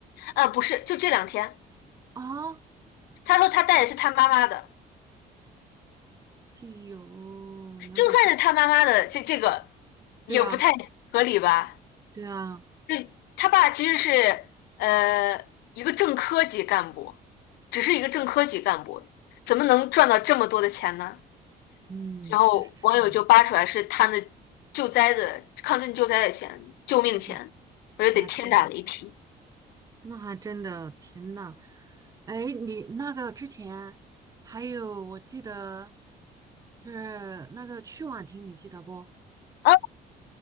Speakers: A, on the left; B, on the right.
A: 啊，不是，就这两天，
B: 啊？
A: 他说他带的是他妈妈的，
B: 哎呦，两百三，
A: 就算是他妈妈的，这这个
B: 对啊，
A: 也不太合理吧？
B: 对啊，
A: 就他爸其实是呃一个正科级干部，只是一个正科级干部，怎么能赚到这么多的钱呢？
B: 嗯，
A: 然后网友就扒出来是贪的
B: 确实是，
A: 救灾的抗震救灾的钱，救命钱，
B: 嗯，
A: 我觉得得天打雷劈。
B: 那还真的，那还真的，天呐，哎，你那个之前还有我记得就是那个曲婉婷，你记得不？
A: 啊，